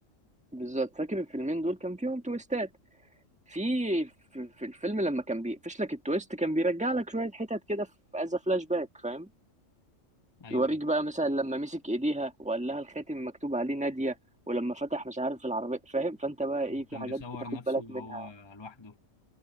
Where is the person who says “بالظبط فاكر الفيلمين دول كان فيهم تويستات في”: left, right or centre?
Centre